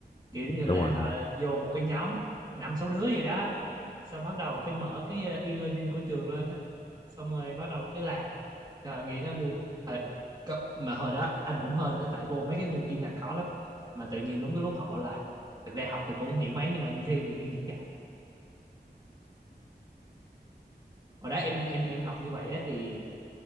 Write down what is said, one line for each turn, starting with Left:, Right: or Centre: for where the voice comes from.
Right: kiểu như
Left: Đúng
Right: là
Left: rồi
Right: họ
Left: đúng rồi.
Right: vô một cái nhóm năm sáu đứa vậy đó xong bắt đầu cái mở cái ờ, e-learning của trường lên á xong rồi bắt đầu cái làm Trời, nghĩ nó vui Thời, có- mà hồi đó anh cũng hên đó tại vô mấy cái môn chuyên ngành khó lắm mà tự nhiên đúng cái lúc học online thực ra học thì cũng không hiểu mấy nhưng mà đi thi tự nhiên điểm cao hồi đó em em em học như vậy á, thì